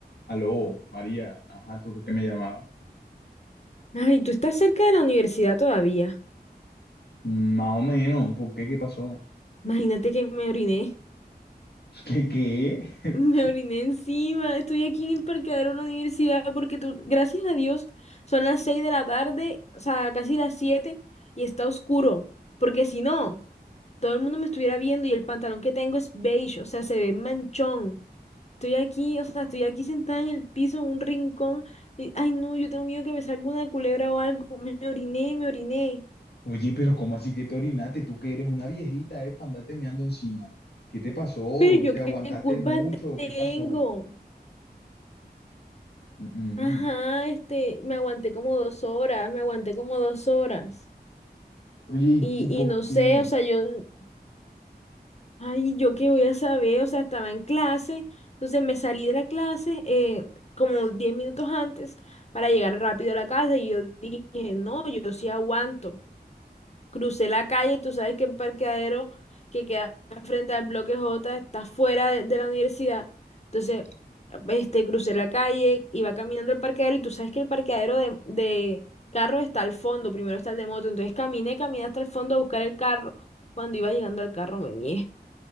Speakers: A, on the left (about 75°); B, on the left (about 40°).
A: Aló, María, ajá, ¿tú por qué me llamabas?
B: Ay, tú estás cerca de la universidad todavía.
A: Mm, Más o menos, ¿por qué? ¿Qué pasó?
B: Imagínate que me oriné.
A: ¿Qué qué?
B: <laughs>
A: <laughs>
B: Me oriné encima. Estoy aquí en el parqueadero de la universidad porque tú, gracias a Dios, son las seis de la tarde, o sea, casi las siete, y está oscuro. Porque si no, todo el mundo me estuviera viendo y el pantalón que tengo es beige, o sea, se ve manchón. Estoy aquí, o sea, estoy aquí sentada en el piso, en un rincón. y, ay, no, yo tengo miedo que me salga una culebra o algo. Me oriné, me oriné.
A: Oye, pero ¿cómo así que te orinaste? Tú que eres una viejita, es para andarte meando encima. ¿Qué te pasó?
B: Pero yo
A: ¿Te
B: qué
A: aguantaste
B: culpa
A: mucho?
B: tengo.
A: ¿Qué pasó? Mm,
B: Ajá,
A: mm.
B: este, me aguanté como dos horas, me aguanté como dos horas.
A: Oye,
B: Y,
A: ¿y, y por
B: y no
A: qué?
B: sé, o sea, yo, ay, yo qué voy a saber, o sea, estaba en clase, entonces me salí de la clase eh, como 10 minutos antes para llegar rápido a la casa y yo dije, no, yo sí aguanto. crucé la calle, tú sabes que el parqueadero que queda frente al bloque J está fuera de, de la universidad. Entonces, este, crucé la calle, iba caminando al parqueadero y tú sabes que el parqueadero de, de carro está al fondo, primero está el de moto. Entonces caminé, caminé hasta el fondo a buscar el carro. Cuando iba llegando al carro me mié.